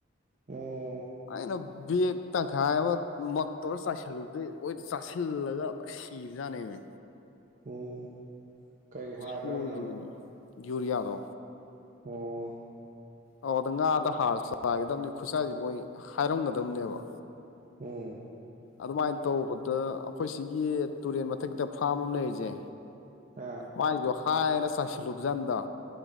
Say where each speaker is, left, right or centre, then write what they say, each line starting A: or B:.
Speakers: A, on the right; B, on the left.
A: ꯑꯣ
B: ꯑꯩꯅ ꯕꯦꯛ ꯇꯪꯈꯥꯏ ꯑꯃ ꯃꯛꯇꯧꯔ ꯆꯥꯏꯁꯤꯜꯂꯨꯕꯗꯩ ꯕꯣꯏꯗ ꯆꯥꯁꯤꯜꯂꯒ ꯂꯣꯏ ꯁꯤꯕꯖꯥꯠꯅꯦꯃꯤ
A: ꯎꯝ ꯀꯩ ꯍꯥ
B: ꯁꯣꯏꯒꯤꯕꯅꯦ
A: ꯀꯔꯝꯕꯅꯣ
B: ꯌꯨꯔꯤꯌꯥꯗꯣ
A: ꯑꯣ
B: ꯑꯣ ꯑꯗ ꯉꯥꯗ ꯍꯥꯔ ꯆꯥꯏꯒꯗꯕꯅꯤ ꯈꯨꯠꯁꯥꯏꯁꯖꯦ ꯃꯣꯏ ꯍꯥꯏꯔꯝꯒꯗꯝꯅꯦꯕ
A: ꯎꯝ
B: ꯑꯗꯨꯃꯥꯏꯅ ꯇꯧꯕꯗ ꯑꯩꯈꯣꯏ ꯁꯤꯒꯤ ꯇꯨꯔꯦꯟ ꯃꯊꯛꯇ ꯐꯥꯝ ꯑꯃ ꯂꯩꯔꯤꯖꯦ
A: ꯑꯥ
B: ꯃꯥꯏꯖꯨ ꯍꯥꯏꯑꯦꯅ ꯆꯥꯁꯤꯜꯂꯨꯨꯕ ꯖꯥꯟꯅꯤꯗ